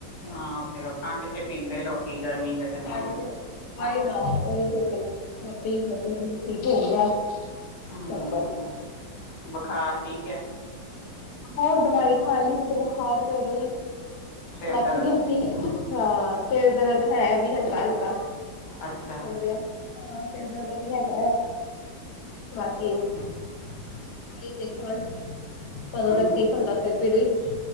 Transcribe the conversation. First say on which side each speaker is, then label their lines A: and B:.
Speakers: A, on the left; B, on the left.
A: ਹਾਂ ਉਥੇ ਉਹ ਠੰਡ ਚ ਪੀਂਦੇ, ਲੋਕੀ ਗਰਮੀ ਚ। ਤੇ ਨਹੀਂ
B: ਠੰਡ
A: ਪੀਂਦੇ
B: ਚ, ਉਈ ਨਾ, ਉਹੀ ਸੋਚਣ ਡੀ। <inaudible> ਠੀਕ ਹੋਊਗਾ,
A: ਹੂੰ।
B: ਪੋਪਰ।
A: ਬੁਖਾਰ ਠੀਕ ਹੈ?
B: ਹੋਰ ਦਵਾਈ ਖਾ ਲਈ ਸੀ, ਤੇ ਬੁਖਾਰ ਤੇ ਉਦੋਂ ਈ
A: ਸਿਰ
B: ਲੱਥ
A: ਦਰਦ
B: ਗਿਆ ਸੀ, ਹਾਂ ਸਿਰ ਦਰਦ ਹੈ ਵੀ ਹਲਕਾ-ਹਲਕਾ।
A: ਅੱਛਾ
B: ਹੋ ਰੇਆ ਏ, ਹਾਂ ਸਿਰ ਦਰਦ ਦਾ ਵੀ ਹੈਗਾ ਆ। ਵਾਕੇ ਈ। ਓਹੀ ਦੇਖੋ ਹੁਣ,
A: ਹਮ
B: ਕਦੋਂ ਤਕ ਠੀਕ ਹੁੰਦਾ, ਸਿਰ ਪੀੜ ਵੀ?